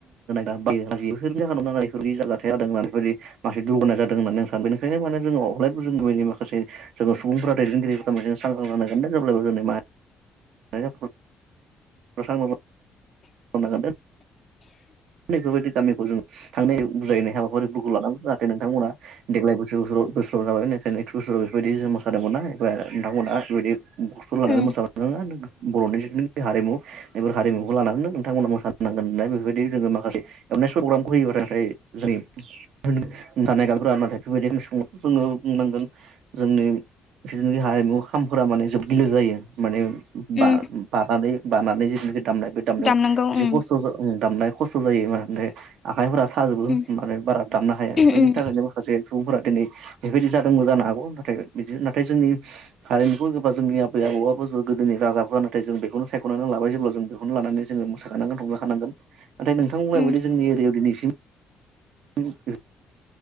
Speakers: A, on the right; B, on the left.
A: <unintelligible> <unintelligible> बेफोरनि जाहोनाव बेफोरबायदि जाथाय जादों होननानै बेफोरबायदि म <unintelligible> बेनिखायनो माने जों अब्लायबो जों माखासे जों सुबुंफोरा दैदेनगिरिफोरा सांग्रां लानांगोन दे जेब्लाबो जोंनि मा <unintelligible> <unintelligible> बेफोरबायदि गामिखौ जों थांनाय बुजायनाय हाबाफारिफोरखौ लानांगौ जाहाथे नोंथांमोना देग्लाय बोसोर बोसोराव बोसोराव जाबाय बेनिखायनो नेक्स्ट बोसोराव बेबायदि जो मोसानो मोना नोंथांमोना बेफोरबायदि गथफोर लानानै
B: उम
A: मोसा <unintelligible> बरनि जिथुनाखि हारिमु इफोर हारिमुखौ लानानैनो नोंथांमोना मोसानांगोन होननाय बेफोरबायदि जोङो माखासे <unintelligible> प्रग्रामखौ होयो आरो नाथाय जोंनि जानाय <unintelligible> नाथाय बेफोरबायदि जोङो बुंनांगोन जोंनि जितुनोखि हारिमु खामफोरा माने जोब‌ गिलिर जायो माने बा-बानानै
B: उम
A: बानानै जिथुनाखि दामनाय बे दामनायाव
B: दामनांगौ
A: एसे
B: उम
A: खस्थ जा ओम दामनाय खस्थ जायो माने आखाइफोरा साजोबो
B: उम
A: माने बारा दाबनो हाया बेफोरनि
B: उम
A: थाखायनो माखासे सुबुंफोरा दिनै बेबायदि जादोंबो जानो हागौ नाथाय बिदिनो नाथाय जोंनि हारिमुफोर एबा जोंनि आबै आबौआ जों गोदोनि राजाफोरा नाथाय जों बेखौनो सायखनानै लाबाय जेब्ला जों बेखौनो लानानै जोङो मोसाखानांगोन रंजाखानांगोन नाथाय नोंथां बुंनाय
B: उम
A: बायदि जोंनि एरियायाव दिनैसिम <unintelligible>